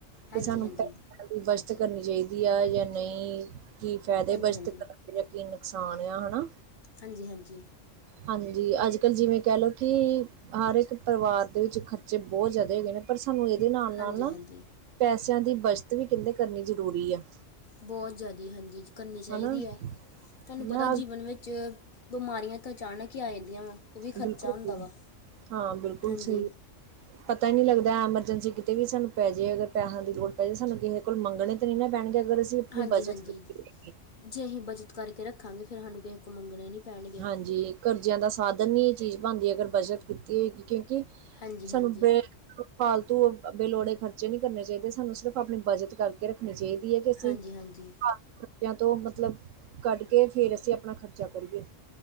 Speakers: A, on the left; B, on the right.
A: ਹਾਂਜੀ
B: ਕਿ ਸਾਨੂੰ
A: ਹਾਂਜੀ
B: ਟੈ ਦੀ ਬਚਤ ਕਰਨੀ ਚਾਹੀਦੀ ਆ ਜਾਂ ਨਹੀਂ ਕਿ ਫ਼ਾਇਦੇ
A: ਹਾਂਜੀ
B: ਬਚਤ
A: ਹਾਂਜੀ
B: ਕਰਨ ਕੀ ਨੁਕਸਾਨ ਆ ਹਨਾ।
A: ਹਾਂਜੀ ਹਾਂਜੀ।
B: ਹਾਂਜੀ ਅੱਜ ਕੱਲ੍ਹ ਜਿਵੇਂ ਕਹਿ ਲਓ ਕੀ ਹਰ ਇੱਕ ਪਰਿਵਾਰ ਦੇ ਵਿੱਚ ਖਰਚੇ ਬਹੁਤ ਜ਼ਿਆਦਾ ਹੈਗੇ ਨੇ। ਪਰ ਸਾਨੂੰ ਇਹਦੇ ਨਾਲ-ਨਾਲ
A: ਹਾਂਜੀ
B: ਨਾ
A: ਹਾਂਜੀ
B: ਪੈਸਿਆਂ ਦੀ ਬੱਚਤ ਵੀ ਕਹਿੰਦੇ ਕਰਨੀ ਜ਼ਰੂਰੀ ਆ।
A: ਬਹੁਤ ਜ਼ਿਆਦਾ ਹਾਂਜੀ, ਕਰਨੀ ਚਾਹੀਦੀ
B: ਹਨਾ
A: ਐ
B: ਹਨਾ
A: ਤੁਹਾਨੂੰ ਪਤਾ ਜੀਵਨ ਵਿੱਚ ਬਿਮਾਰੀਆਂ ਤਾਂ ਅਚਾਨਕ ਹੀ ਆ ਜਾਂਦੀਆਂ ਵਾ, ਉਹ ਵੀ ਖਰਚਾ
B: ਬਿਲਕੁਲ
A: ਹੁੰਦਾ
B: ਜੀ
A: ਵਾ
B: ਹਾਂ ਬਿਲਕੁਲ
A: ਹਾਂਜੀ।
B: <unintelligible> ਪਤਾ ਹੀ ਨੀ ਲੱਗਦਾ ਐਮਰਜੈਂਸੀ ਕਿਤੇ ਵੀ ਸਾਨੂੰ ਪੈਜੇ, ਅਗਰ ਪੈਸਿਆਂ ਦੀ ਲੋੜ ਪੈ ਜੇ, ਸਾਨੂੰ ਕਿਸੇ ਕੋਲ ਮੰਗਣੇ ਤਾਂ ਨੀ ਨਾ ਪੈਣਗੇ। ਅਗਰ ਅਸੀਂ ਆਪਣੀ
A: ਹਾਂਜੀ-ਹਾਂਜੀ,
B: ਬੱਚਤ ਕੀਤੀ ਹੋਏਗੀ
A: ਜੇ ਅਸੀਂ ਬੱਚਤ ਕਰਕੇ ਰੱਖਾਂਗੇ, ਫਿਰ ਸਾਨੂੰ ਕਿਸੇ ਕੋ ਮੰਗਨੇ ਨਹੀਂ ਪੈਣਗੇ
B: ਹਾਂਜੀ, ਕਰਜ਼ਿਆਂ ਦਾ ਸਾਧਨ ਨੀ ਇਹ ਚੀਜ਼ ਬਣਦੀ ਅਗਰ ਬੱਚਤ ਕੀਤੀ ਹੋਏਗੀ ਕਿਉਂਕਿ
A: ਹਾਂਜੀ
B: ਸਾਨੂੰ
A: ਹਾਂਜੀ
B: ਪੇ ਫਾਲਤੂ ਬੇਲੋੜੇ ਖਰਚੇ ਨੀ ਕਰਨੇ ਚਾਹੀਦੇ ਸਾਨੂੰ ਸਿਰਫ਼ ਆਪਣੀ ਬਜਟ ਕਰ ਕੇ ਰੱਖਣੀ ਚਾਹੀਦੀ ਹੈ ਕਿ ਅਸੀਂ,
A: ਹਾਂਜੀ ਹਾਂਜੀ
B: ਹਾਂ ਖਰਚਿਆਂ ਤੋਂ ਮਤਲਬ ਕੱਢ ਕੇ ਫੇਰ ਅਸੀਂ ਆਪਣਾ ਖਰਚਾ ਕਰੀਏ।